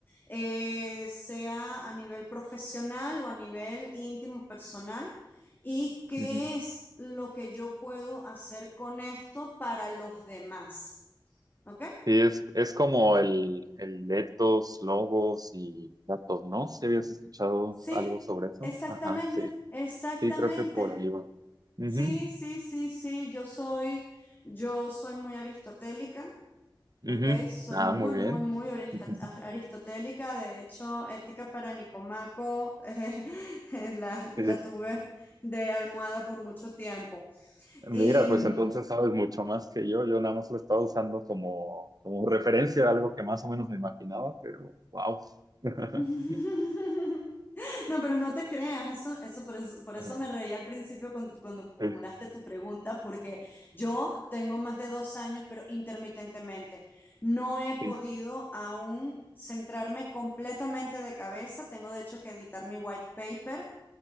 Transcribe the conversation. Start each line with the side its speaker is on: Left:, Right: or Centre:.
Left: eh, sea a nivel profesional o a nivel íntimo personal? ¿Y qué
Right: Ujú.
Left: es lo que yo puedo hacer con esto para los demás? ¿Ok?
Right: Sí, es, es como el, el etos, logos y datos, ¿no? Si habías escuchado
Left: Sí,
Right: algo sobre eso?
Left: exactamente,
Right: Ajá, sí.
Left: exactamente.
Right: Sí, creo que por ahí va. Ujú,
Left: Sí, sí, sí, sí, yo soy, yo soy muy aristotélica,
Right: ujú.
Left: ¿ok? Soy
Right: Ah,
Left: muy,
Right: muy bien.
Left: muy, muy orista-
Right: <laughs> Ujú.
Left: a- aristotélica. De hecho, Ética para Nicomaco <laughs> eh, la,
Right: Sí.
Left: la tuve de almohada por mucho tiempo.
Right: Mira,
Left: Y mm,
Right: pues entonces sabes mucho más que yo. Yo nada más lo estaba usando como, como referencia a algo que más o menos me imaginaba, pero wow. <laughs>
Left: <laughs> No, pero no te creas, eso, eso por eso, por
Right: Ajá.
Left: eso me reí al principio con- cuando formulaste
Right: Sí,
Left: tu pregunta, porque yo tengo más de dos años, pero intermitentemente no he podido
Right: sí.
Left: aún centrarme completamente de cabeza. Tengo de hecho que editar mi white paper